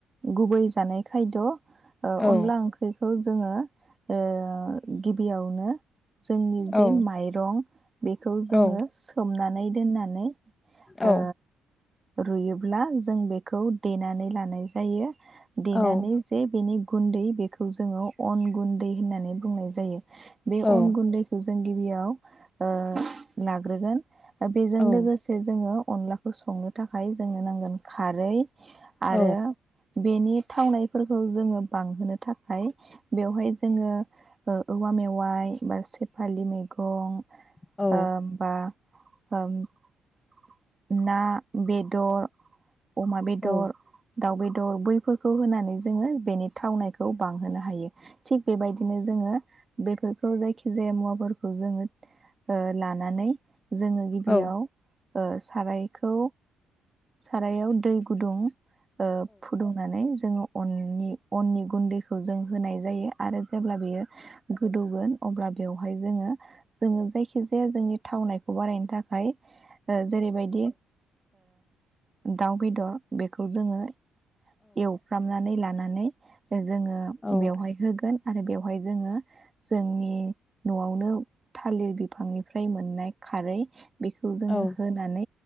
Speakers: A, on the right (about 30°); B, on the left (about 20°).
A: गुबै जानाय खायद'। ओ
B: औ
A: अनला ओंख्रिखौ जोङो ओ गिबियावनो जोंनि जे
B: औ
A: माइरं बेखौ जोङो
B: औ
A: सोमना नै दोननानै ओ
B: औ
A: रुयोब्ला जों बेखौ देनानै लानाय जायो। देनानै
B: औ
A: जे बिनि गुन्दै बेखौ जोङो अन गुन्दै होननानै बुंनाय जायो। बे
B: औ
A: अन गुन्दैखौ जों गिबियाव ओ लाग्रोगोन बेजों
B: औ
A: लोगोसे जोङो अनलाखौ संनो थाखाय जोंनो नांगोन खारै आरो
B: औ
A: बेनि थावनायफोरखौ जोङो बांहोनो थाखाय बेवहाय जोङो औवा मेवाइ बा सेफालि मैगं
B: औ
A: ओ। <unintelligible> ना बेदर। अमा बेदर।
B: औ
A: दाउ बेदर बैफोरखौ होनानै जोङो बेनि थावनायखौ बांहोनो हायो थिग। बेबायदिनो जोङो बेफोर। जायखि जाया मुवाफोरखौ जोङो लानानै। जोङो गिबियाव
B: औ
A: ओ। सारायखौ सारायाव दै गुदुं। ओ फुदुंनानै जोङो अननि अननि गुन्दैखौ जों होनाय जायो आरो। जेब्ला बेयो गोदौगोन अब्ला बेवहाय जोङो जोङो जायखि जाया जोंनि थावनायखौ बारायनो थाखाय। जेरैबायदि। दाउ बेदर बेखौ जोङो। एवफ्रामनानै लानानै जोङो
B: औ औ
A: बेवहाय होगोन। आरो बेवहाय जोङो जोंनि न'आवनो थालिर बिफांनिफ्राय मोननाय खारै बेखौ जोङो।
B: औ